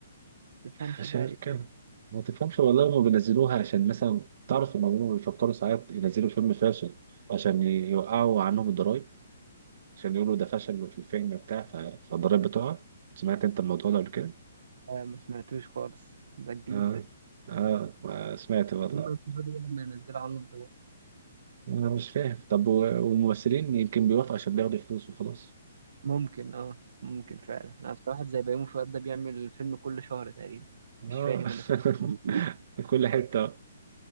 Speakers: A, on the right (about 65°); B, on the right (about 50°).
A: تفهمش
B: عشان
A: بقى ايه
B: كده ما تفهمش والله هما بينزلوها عشان مثلا تعرف ان هما بيفكروا ساعات ينزلوا فيلم فاشل عشان يوقعوا عنهم الضرايب عشان يقولوا ده فشل في الفيلم بتاع ف- فالضرايب بتقع سمعت انت الموضوع ده قبل كده؟
A: آه، ما سمعتوش خالص ده جديد
B: اه
A: ده
B: اه سمعت والله
A: هم يستفادوا ايه لما ينزلوا عنه دلوقتي
B: انا مش فاهم طب و- والممثلين يمكن بيوافقوا عشان بياخدوا فلوس وخلاص
A: ممكن اه ممكن فعلا انا أصل واحد زي بيومي فؤاد ده بيعمل فيلم كل شهر تقريبا
B: اه
A: مش فاهم انا <laughs> فيه.
B: <laughs> كل حته